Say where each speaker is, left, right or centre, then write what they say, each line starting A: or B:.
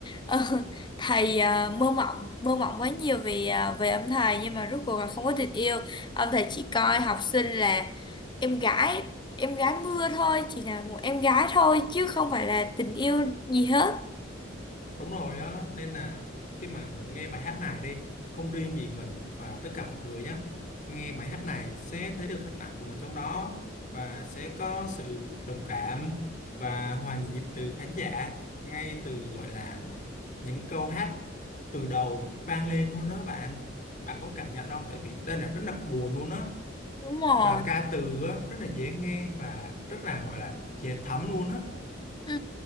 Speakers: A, on the left; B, on the left.
A: ờ, <laughs> thầy ờ, mơ mộng, mơ mộng quá nhiều về ờ, về ông thầy nhưng mà rốt cuộc là không có tình yêu. Ông thầy chỉ coi học sinh là em gái, em gái mưa thôi, chỉ là một em gái thôi chứ không phải là tình yêu gì hết.
B: Đúng rồi á, nên là khi mà mình nghe bài hát này đi, không riêng gì mình và tất cả mọi người nhé. Nghe bài hát này sẽ thấy được hình ảnh của mình trong đó và sẽ có sự đồng cảm và hòa nhịp từ khán giả ngay từ gọi là những câu hát từ đầu vang lên luôn đó bạn. Bạn có cảm nhận không? Tại vì đây là rất là buồn luôn á
A: Đúng rồi.
B: và ca từ á, rất là dễ nghe và rất là gọi là dễ thấm luôn á.
A: Ừ.